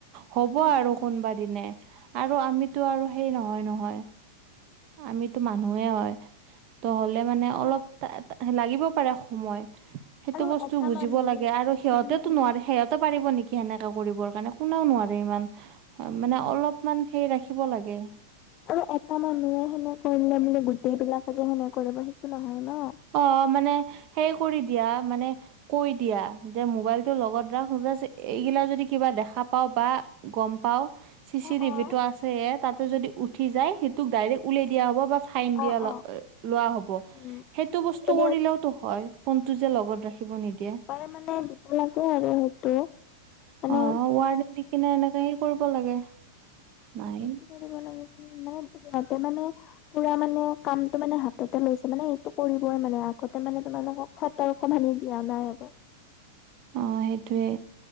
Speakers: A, on the right (about 45°); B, on the left (about 40°).
A: হ'ব
B: উম
A: আৰু
B: হম
A: কোনোবা দিনে আৰু আমিতো আৰু সেই নহয় নহয় আমিতো মানুহে হয় ত হ'লে মানে
B: অ
A: অলপ লাগিব পাৰে সময় সেইটো
B: আৰু
A: বস্তু
B: এটা
A: বুজি
B: মানুহ
A: আৰু সিহঁতেতো
B: হম হম
A: নোৱাৰে সিহঁতে পাৰিব নেকি সেনেকা কৰিবৰ কাৰণে কোনেও নোৱাৰে ইমান অ মানে অলপমান সে ৰাখিব লাগে
B: আৰু এটা মানুহে সেনে কৰিলে মানে গোটেই বিলাকে যে সেনে কৰিব সেইটো নহয় ন
A: অ', মানে সেই কৰি দিয়া মানে কৈ দিয়া যে মোবাইলটো লগত ৰাখ, <unintelligible> এইগিলা যদি কিবা দেখা পাওঁ বা গম পাও চি চি
B: অ
A: টিভিটো
B: অ
A: আছে হে তাতে যদি উঠি যায় সেইটোক ডাইৰেক্ট উলিয়াই দিয়া হ'ব বা ফাইন দিয়া
B: অ অ
A: লোৱা হব,
B: উম
A: সেইটো বস্তু
B: উম
A: কৰিলেওতো হয় ফোনটো যে লগত ৰাখিব নিদিয়ে।
B: হলে মানে দিব লাগে আৰু সেইটো। মানে
A: অ', ৱাৰডেন দি কিনে এনেকে সেই কৰিব লাগে। নাইন
B: <unintelligible> তাতে মানে পুৰা মানে কামটো মানে হাততে লৈছে, মানে এইটো কৰিবই মানে আগতে মানে তোমালোকক সতৰ্ক বাণী দিয়া নাই আৰু।
A: অ', সেইটোৱে।